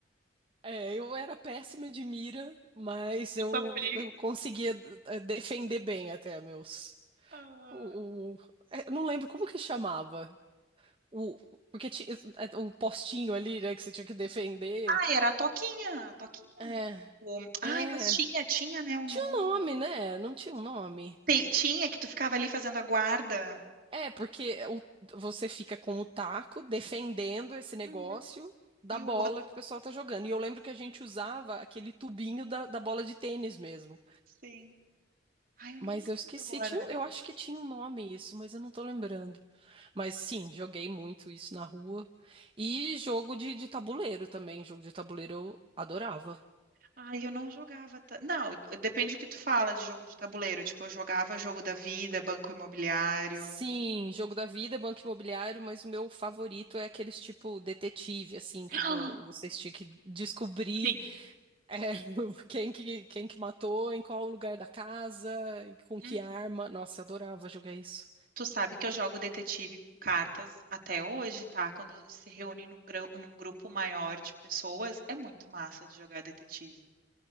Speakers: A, on the right; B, on the right.
A: É, eu era péssima de mira, mas
B: Eu
A: eu,
B: Também.
A: eu conseguia eh, defender bem até meus.
B: Ah,
A: O, o- eh, eu não lembro como que chamava. O, porque tinha eh, um postinho ali, né, que você tinha que defender.
B: Ah, era a Toquinha, a Toquinha.
A: É,
B: O- Ai,
A: é.
B: mas tinha, tinha, né, o
A: Tinha
B: nome.
A: um nome, né? Não tinha um nome.
B: Te- Tinha que tu ficava ali fazendo a guarda.
A: É, porque o- você fica com o taco defendendo esse negócio
B: Uhum.
A: da
B: E
A: bola
B: o outro,
A: que o pessoal tá jogando. E eu lembro que a gente usava aquele tubinho da, da bola de tênis mesmo.
B: sim. Ai, eu não
A: Mas
B: lembro
A: eu esqueci,
B: agora.
A: tinha, um- eu acho que tinha um nome isso, mas eu não tô lembrando. Mas sim, joguei muito isso na rua. E jogo de, de tabuleiro também. Jogo de tabuleiro eu adorava.
B: Ai, eu não jogava. ta- Não, depende do que tu fala de jogo de tabuleiro. Tipo, eu jogava jogo da vida, banco imobiliário.
A: Sim, jogo da vida, banco imobiliário, mas o meu favorito é aqueles tipo detetive, assim,
B: <gasps>
A: que
B: Ah,
A: vo- vocês tinham que descobrir.
B: Sim.
A: É, <laughs> quem que, quem que matou, em qual lugar da casa, e com
B: Uhum.
A: que arma. Nossa, adorava jogar isso.
B: Tu sabe que eu jogo detetive com cartas até hoje, tá? Quando se reúne num, grão- num grupo maior de pessoas, é muito massa de jogar detetive.